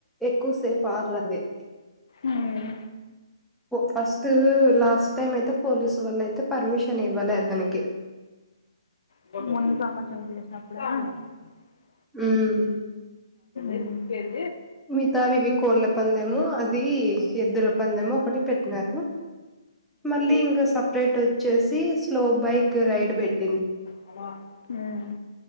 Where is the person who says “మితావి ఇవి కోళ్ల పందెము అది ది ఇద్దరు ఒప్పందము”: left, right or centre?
Centre